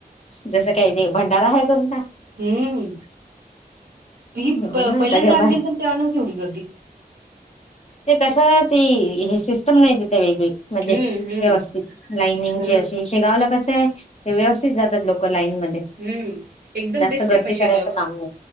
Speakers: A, on the left; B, on the right.
A: जसं काही ते भंडारा आहे कोणता.
B: हं. ही
A: हो
B: प
A: ना
B: पहिल्यांदा
A: सगळ्या
B: आणली
A: बा
B: असेल तेव्हा नव्हती एवढी गर्दी.
A: ते कस ती हे सिस्टम नाही तिथे वेगळी म्हणजे
B: हम्म हम्म
A: व्यवस्थित लाईनिंग
B: हो ना.
A: अ शेगावला कसं व्यवस्थित जात लोकां. लाईन मध्ये
B: हम्म. एकदम
A: जास्त
B: बेस्ट
A: गर्दी
B: आहे पण शेगावच.
A: करायचं काम आहे.